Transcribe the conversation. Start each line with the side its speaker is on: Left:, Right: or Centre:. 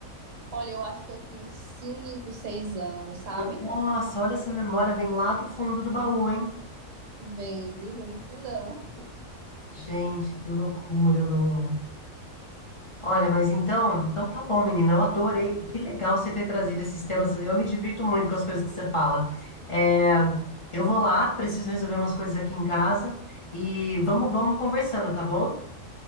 Right: Olha, eu acho que eu tinha uns 5, 6 anos, sabe?
Left: Nossa, olha essa memória, vem lá do fundo do baú, hein?
Right: Vem, viu? Vem do fundão.
Left: Gente, que loucura, Lô. Olha, mas então, então tá bom, menina. Eu adorei. Que legal você ter trazido esses temas. Eu me divirto muito com as coisas que você fala. É, eu vou lá, preciso resolver umas coisas aqui em casa e vamos, vamos conversando, tá bom?